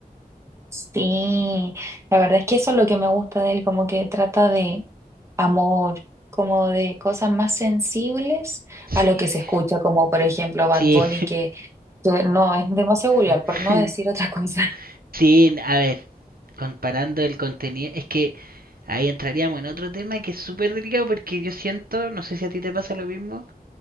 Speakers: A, on the right; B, on the right.
A: Sí, la verdad es que eso es lo que me gusta de él, como que trata de amor, como de cosas más sensibles a
B: Sí,
A: lo que se escucha, como por ejemplo Bad
B: sí,
A: Bunny, que, que no es demasiado vulgar,
B: <laughs>
A: por no decir otra cosa.
B: sí, a ver, comparando el contenido, es que ahí entraríamos en otro tema que es súper delicado porque yo siento, no sé si a ti te pasa lo mismo,